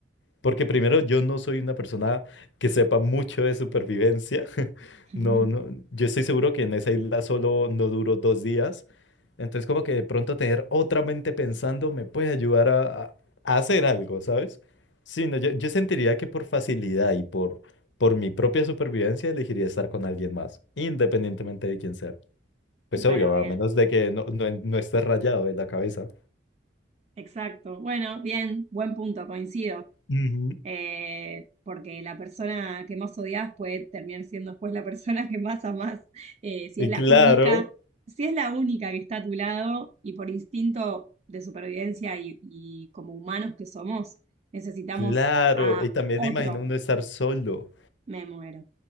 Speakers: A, on the left; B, on the right.
A: Porque primero, yo no soy una persona que sepa mucho de supervivencia. <laughs>
B: <laughs>
A: No, no, yo estoy seguro que en esa isla solo no duro dos días. Entonces, como que de pronto tener otra mente pensando me puede ayudar a, a- a hacer algo, ¿sabes? Sí, no, yo, yo sentiría que por facilidad y por, por mi propia supervivencia elegiría estar con alguien más, independientemente de quién sea. Pues
B: Bueno,
A: obvio,
B: bien,
A: a menos de que no, no, no estés rayado de la cabeza.
B: exacto. Bueno, bien, buen punto, coincido.
A: Ujú.
B: Eh, porque la persona que más odias puede terminar siendo después la persona que más amás. Eh, si
A: Y
B: es la
A: claro,
B: única, si es la única que está a tu lado y por instinto de supervivencia y, y como humanos que somos, necesitamos
A: claro.
B: a
A: Y también
B: otro
A: me imagino uno estar solo.
B: Me muero.